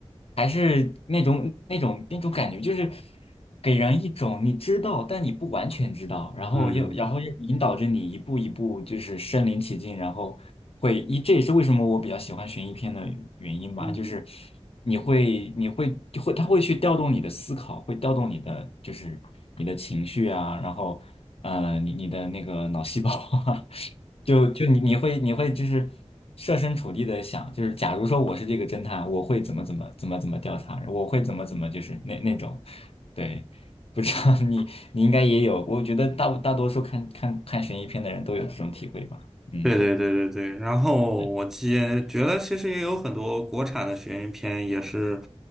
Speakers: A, on the left; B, in the centre.
A: 还是那种那种那种感觉，就是给人一种你知道，但你不完全知道，然后又然后又引导着你一步一步就是身临其境，
B: 嗯
A: 然后会一这也是为什么我比较喜欢悬疑片的原因吧，
B: 嗯。
A: 就是你会你会就会它会去调动你的思考，会调动你的就是你的情绪啊，然后呃你你的那个脑细胞 <laughs> 啊，就就你你会你会就是设身处地的想，就是假如说我是这个侦探，我会怎么怎么怎么怎么调查，我会怎么怎么就是那那种，对，不知道 <laughs> 你你应该也有，我觉得大大多数看看看悬疑片的人都有这种体会吧，嗯，
B: 对对对对对，然后我也觉得其实也有很多国产的悬疑片也是
A: 对，